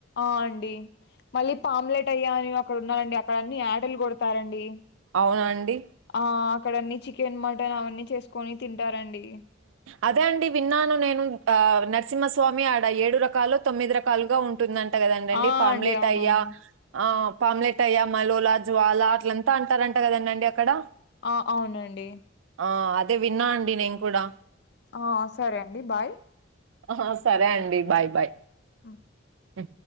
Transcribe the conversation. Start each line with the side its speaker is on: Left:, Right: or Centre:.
Left: ఆ అండి మళ్ళీ పామ్లెట్ అయ్యా అని అక్కడ ఉన్నరండి అక్కడ అన్ని ఎటలు కొడతారండి
Right: అవునా అండి
Left: ఆ అక్కడన్ని చికెన్ మటన్ అవన్నీ చేసుకొని తింటారండి
Right: అదే అండి విన్నాను నేను ఆ న సింహస్వామి ఆడ ఏడు రకాలు తొమ్మిది రకాలుగా ఉంటుంద ట కదండండి
Left: ఆ
Right: పామ్లెట్
Left: అండి అవునవును
Right: అయ్యా ఆ పామ్లెట్ అయ్యా మలోలా జ్వాలా అట్లంతా అంటారంట కదండ అండి అక్కడ
Left: ఆ అవునండి
Right: ఆ అదే విన్నా అండి నేను కూడా
Left: ఆ సరే అండి బాయ్
Right: ఆ సరే అండి బాయ్ బాయ్
Left: అ
Right: ఎ